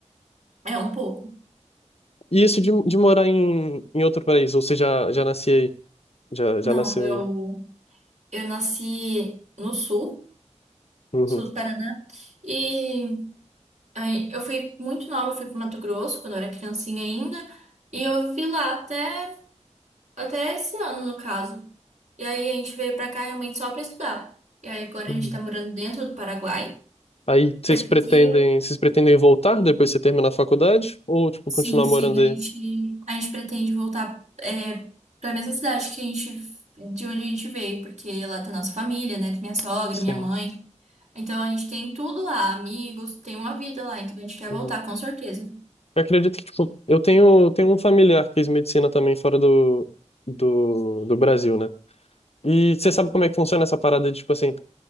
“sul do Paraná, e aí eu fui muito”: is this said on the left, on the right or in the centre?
Right